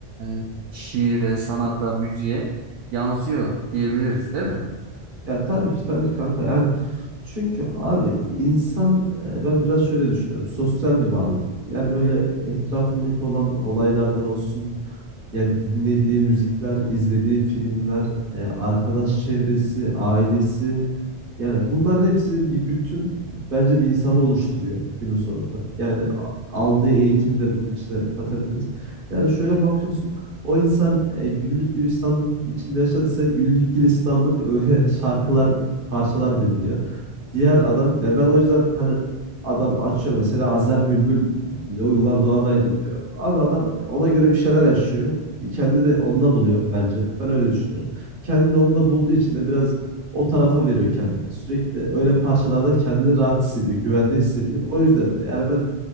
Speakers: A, on the right; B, on the right.
A: e, şiire, sanata, müziğe yansıyor diyebiliriz değil
B: Ya,
A: mi?
B: ya tabii ki tabii ki kanka yani çünkü abi insan e, ben biraz şöyle düşünüyorum sosyal bir varlık yani böyle etrafındaki olan olaylardan olsun ya dinlediği müzikler izlediği filmler e, arkadaş çevresi ailesi Yani bunların hepsi bir bütün bence bir insanı oluşturuyor günün sonunda. Yani a- aldığı eğitimi de bunun içine katabiliriz. Yani şöyle bakıyorsun o insan e, güllük gülistanlık içinde yaşadıysa güllük gülistanlık öyle şarkılar parçalar dinliyor. Diğer adam yani ben o yüzden hani adam açıyor mesela Azer Bülbül dinliyor, Uygar Doğanay dinliyor. Abi adam ona göre bir şeyler yaşıyor. Kendini onda buluyor bence. Ben öyle düşünüyorum. Kendini onda bulduğu için de biraz o tarafa veriyor kendini. Sürekli öyle parçalarda kendini rahat hissediyor, güvende hissediyor. O yüzden de yani ben